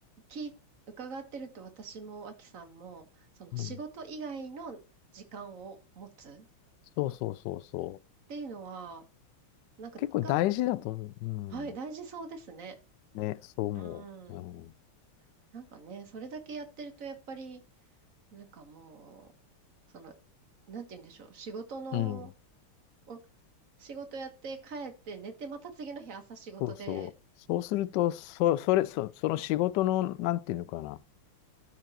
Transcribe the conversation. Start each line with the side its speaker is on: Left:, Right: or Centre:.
Right: き、伺ってると私も、アキさんも、その仕事以外の時間を持つ
Left: うん。そうそうそうそう。
Right: っていうのは、なんか、
Left: 結構大事だと思う。
Right: が、
Left: うん。
Right: はい、大事そうですね。
Left: ね、そう思う。
Right: うん。
Left: うん。
Right: なんかね、それだけやってると、やっぱり、なんかもう、その、なんて言うんでしょう、仕事の、
Left: うん
Right: お仕事やって帰って寝て、また次の日朝仕事で、
Left: そうそう。そうすると、そ、それ、そ、その仕事の、なんていうのかな、